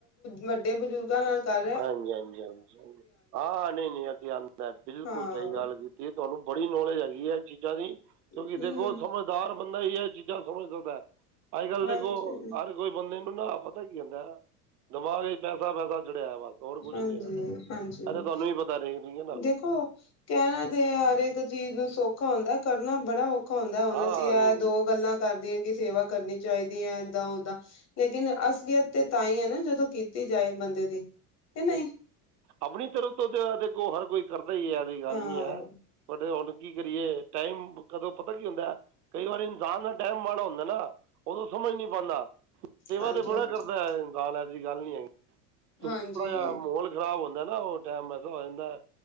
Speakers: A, on the left; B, on the right.
A: ਵੱਡੇ ਬਜ਼ੁਰਗਾਂ ਨਾਲ ਗੱਲ।
B: ਹਾਂਜੀ ਹਜੀ ਹਾਂਜੀ ਹਾਂ ਨਹੀਂ ਨਹੀ। ਅਸੀਂ ਆਉਂ ਬਿਲਕੁਲ
A: ਹਾਂ
B: ਸਹੀ ਗੱਲ। ਤੇ ਤੁਹਾਨੂੰ ਬੜੀ ਨੌਲੇਜ ਹੈਗੀ ਹੈ ਚੀਜ਼ਾਂ ਦੀ। ਕਿਉਂਕਿ
A: ਹਮ
B: ਦੇਖੋ ਸਮਝ। ਹੁਸ਼ਿਆਰ ਬੰਦਾ ਹੀ ਇਹ ਚੀਜ਼ਾਂ ਸਮਝ ਸਕਦਾ। ਅੱਜ ਕੱਲ੍ਹ
A: ਹਾਂਜੀ
B: ਦੇਖੋ ਹਰ ਕੋਈ ਬੰਦੇ ਨੇ। ਪਤਾ ਕੀ ਹੁੰਦਾ। ਦਿਮਾਗ ਚ ਪੈਸਾ ਪੈਸਾ ੜਿਆ ਬ ਹੋਰ ਕੁੱਝ
A: ਹਾਂਜੀ
B: ਨੀ ਕਰ ਆਂ।
A: ਹਾਂਜੀ
B: ਤਾਂ ਤੁਹਾਨੂੰ ਵੀ ਪਤਾ ਠੀਕ ਨਾ।
A: ਦੇਖੋ। ਕਹਿਣਾ ਤੇ ਹਰ ਇੱਕ ਚੀਜ਼ ਨੂੰ ਸੌਖਾ ਹੁੰਦਾ ਕਰਨਾ ਬੜਾ ਔਖਾ ਦੁੱਖ ਹੁੰਦਾ ਹੁਣ
B: ਹਾਂ
A: ਅਸੀਂ ਇਹ
B: ਨਹੀਂ ਨਹੀਂ
A: ਦੋ ਗੱਲਾਂ ਕਰਦੇ ਹੈ ਕਿ ਸੇਵਾ ਕਰਨੀ ਚਾਹੀਦੀ ਹੈ ਏਦਾਂ ਉਦਾਂ। ਲੇਕਿਨ ਅਸਲੀਅਤ ਤੇ ਤਾਂ ਹੀ ਹੈ ਨਾ ਜਦੋਂ ਕੀਤੀ ਜਾਏ ਬੰਦੇ ਦੀ ਕਿ ਨਹੀਂ।
B: ਆਪਣੀ ਤਰਫ਼ ਤੋਂ ਤਾਂ ਦੇਖੋ ਹਰ ਕੋਈ ਕਰਦਾ ਹੀ ਐਸੀ ਗੱਲ
A: ਹਾਂ
B: ਨਹੀਂ ਹੈ ਬਟ ਹੁਣ। ਕੀ ਕਰੀਏ ਟਾਈਮ ਕਦੋਂ ਪਤਾ ਕੀ ਹੁੰਦਾ ਕਈ ਵਾਰੀ ਇਨਸਾਨ ਦਾ ਟਾਈਮ ਮਾੜਾ ਹੁੰਦਾ ਨਾ ਉਦੋਂ ਸਮਝ ਨਹੀਂ ਪਾਉਂਦਾ। ਸੇਵਾ
A: ਹਾਂਜੀ
B: ਤੇ ਬੜਾ
A: ਹਾਂਜੀ
B: ਕਰਦਾ ਇਸਾਨ ਐਸੀ ਗੱਲ ਨੀ ਹੈਗੀ
A: ਹਾਂਜੀ
B: ਥੋੜਾ ਜਾ ਮਾਹੌਲ ਖਰਾਬ ਹੁੰਦਾ ਨਾ ਉਹ ਟਾਈਮ ਐਸਾ ਹੋ ਜਾਂਦਾ।